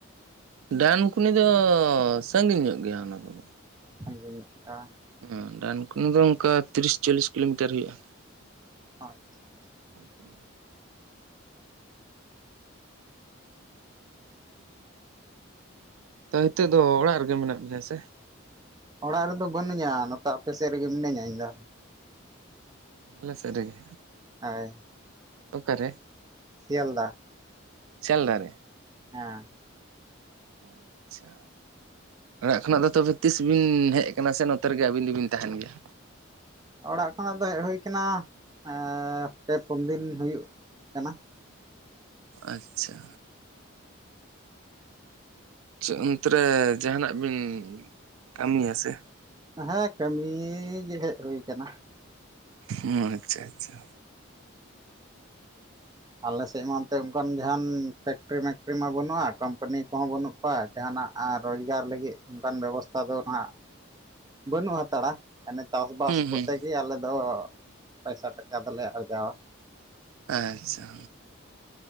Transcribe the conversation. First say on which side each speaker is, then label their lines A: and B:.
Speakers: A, on the right; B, on the right.
A: ᱫᱟᱱᱠᱩᱱᱤ ᱫᱚ ᱥᱟᱺᱜᱤᱧ ᱧᱚᱜ ᱜᱮᱭᱟ ᱚᱱᱟ ᱠᱚᱫᱚ।
B: ᱥᱟᱹᱜᱤᱧ ᱧᱚᱜ ᱜᱮᱭᱟ।
A: ᱦᱮᱸ ᱰᱟᱱᱠᱩᱱᱤ ᱫᱚ ᱚᱱᱠᱟ ᱛᱤᱨᱤᱥ ᱪᱚᱞᱞᱤᱥ ᱠᱤᱞᱳᱢᱤᱴᱟᱨ ᱦᱩᱭᱩᱜᱼᱟ।
B: ᱟᱪᱪᱷᱟ ᱟᱪᱪᱷᱟ
A: <inaudible> ᱛᱚ ᱦᱤᱛᱳᱜ ᱫᱚ ᱚᱲᱟᱜ ᱨᱮᱜᱮ ᱢᱮᱱᱟᱜ ᱵᱤᱱᱟ ᱥᱮ?
B: ᱚᱲᱟᱜ ᱨᱮᱫᱚ ᱵᱟᱹᱱᱩᱧᱟ ᱱᱚᱛᱮ ᱟᱯᱮ ᱥᱮᱫ ᱨᱮᱜᱮ ᱢᱤᱱᱟᱹᱧᱟ ᱤᱧ ᱫᱚ।
A: ᱟᱞᱮ ᱥᱮᱫ ᱨᱮᱜᱮ
B: ᱦᱳᱭ
A: ᱚᱠᱟᱨᱮ
B: ᱥᱤᱭᱟᱞᱫᱟ
A: ᱥᱤᱭᱟᱞᱫᱟ ᱨᱮ
B: ᱦᱮᱸ
A: ᱟᱪᱪᱷᱟ ᱚᱲᱟᱜ ᱠᱷᱚᱱᱟᱜ ᱫᱚ ᱛᱚᱵᱮ ᱛᱤᱥ ᱵᱤᱱ ᱦᱮᱡ ᱟᱠᱟᱱᱟ ᱥᱮ ᱱᱚᱛᱮ ᱨᱮᱜᱮ ᱟᱹᱵᱤᱱ ᱫᱚᱵᱤᱱ ᱛᱟᱦᱮᱱ ᱜᱮᱭᱟ?
B: ᱚᱲᱟᱜ ᱠᱷᱚᱱᱟᱜ ᱫᱚ ᱦᱮᱡ ᱦᱩᱭ ᱠᱟᱱᱟ ᱮᱻ ᱯᱮ ᱯᱩᱱ ᱫᱤᱱ ᱦᱩᱭᱩᱜ ᱠᱟᱱᱟ।
A: ᱟᱪᱪᱷᱟ ᱪᱮᱫ ᱚᱱᱛᱮ ᱨᱮ ᱡᱟᱦᱟᱱᱟᱜ ᱵᱤᱱ ᱠᱟᱹᱢᱤᱭᱟ ᱥᱮ?
B: ᱦᱮᱸ ᱠᱟᱹᱢᱤᱻ ᱜᱮ ᱦᱮᱡ ᱦᱩᱭ ᱟᱠᱟᱱᱟ।
A: ᱦᱚᱸᱻ ᱟᱪᱪᱷᱟ ᱟᱪᱪᱷᱟ
B: ᱟᱞᱮᱥᱮᱫ ᱢᱟ ᱚᱱᱛᱮ ᱚᱱᱠᱟᱱ ᱡᱟᱦᱟᱱ ᱯᱷᱮᱠᱴᱨᱤ ᱢᱮᱮᱠᱴᱨᱤ ᱢᱟ ᱵᱟᱹᱱᱩᱜᱼᱟ ᱠᱳᱢᱯᱟᱱᱤ ᱠᱚᱦ ᱵᱟᱹᱱᱩᱜ ᱠᱚᱣᱟ ᱡᱟᱦᱟᱱᱟᱜ ᱟᱨ ᱨᱳᱡᱽᱜᱟᱨ ᱞᱟᱹᱜᱤᱫ ᱚᱱᱠᱟᱱ ᱵᱮᱵᱚᱥᱛᱷᱟ ᱫᱚ ᱱᱷᱟᱜ ᱼᱼ ᱵᱟᱹᱱᱩᱜ ᱦᱟᱛᱟᱲᱟ ᱢᱟᱱᱮ ᱪᱟᱥᱵᱟᱥ
A: ᱦᱩᱸ
B: ᱠᱚᱛᱮ
A: ᱦᱩᱸ
B: ᱜᱮ ᱟᱞᱮᱫᱚ ᱯᱟᱭᱥᱟ ᱴᱟᱠᱟ ᱫᱚᱞᱮ ᱟᱨᱡᱟᱣᱟ।
A: ᱟᱪᱪᱷᱟ